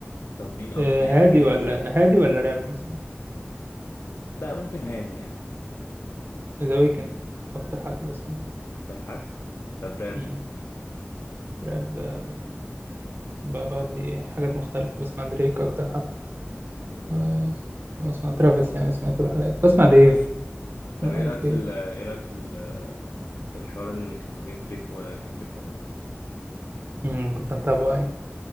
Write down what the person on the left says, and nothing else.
طب مين أك...
يعني
مين
ال-
لا ممكن هادي يعني
أكتر حد طب راب
مم.
طب
إيه رأيك
في ال... إيه رأيك في ال... في الحوار اللي كان ما بين دريك وكندريك لامار